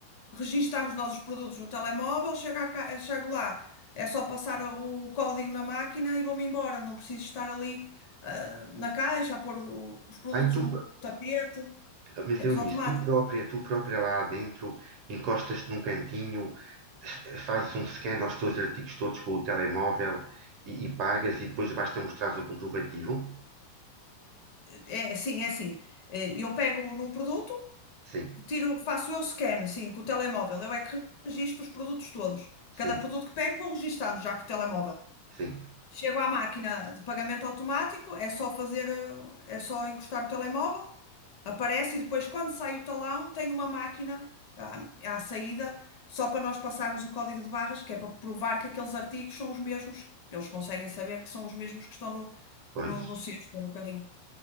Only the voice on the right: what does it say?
Ai, tu,
mas
eu
nisso,
tu própria, tu própria lá dentro, encostas-te num cantinho, s- fazes um scan aos teus artigos todos com o telemóvel e, e pagas e depois basta mostrar o comprovativo?
Sim,
sim,
sim,
pois.